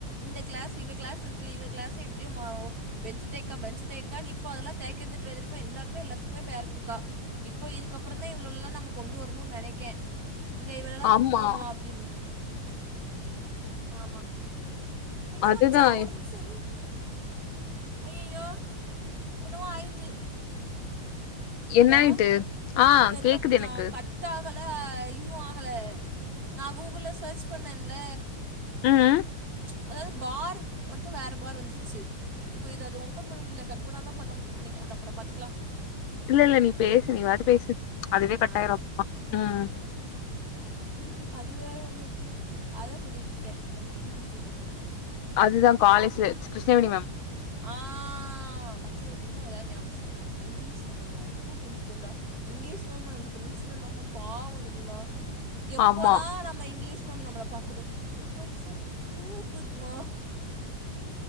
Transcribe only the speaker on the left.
ஆமா
அதுதான்
என்ன ஆயிட்டு ஆ
கேக்குது
எனக்கு
ம்
இல்லேல்ல நீ பேசு நீ பாட்டு பேசு அதுவே கட்டாயிரு
அப்னா ம்
அதுதா காலேஜி கிருஷ்ணவேனி மேம்
ஆமா